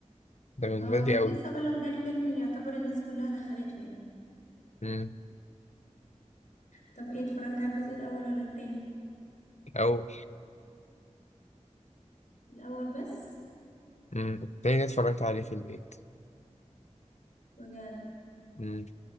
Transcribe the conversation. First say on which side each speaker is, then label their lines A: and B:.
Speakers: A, on the left (about 65°); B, on the left (about 85°).
A: ده من
B: اه
A: بدري
B: كنت
A: أوي
B: لسه اقول لك ده الفيلم اللي يعتبر الناس كلها دخلته يعني
A: مم.
B: طب ايه اتفرجت على الجزء الاول ولا التاني؟
A: أو
B: الاول بس
A: مم. التاني ده اتفرجت عليه في البيت
B: بجد
A: مم.